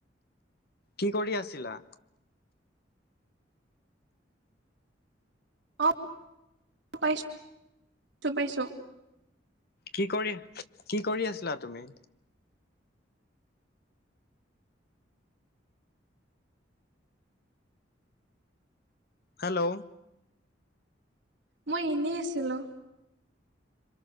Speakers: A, on the left (about 55°); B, on the right (about 70°).
A: কি কৰি আছিলা?
B: আ, পাইছো পাইছো
A: কি কৰি কি কৰি আছিলা তুমি? হেল্ল
B: মই এনেই আছিলো।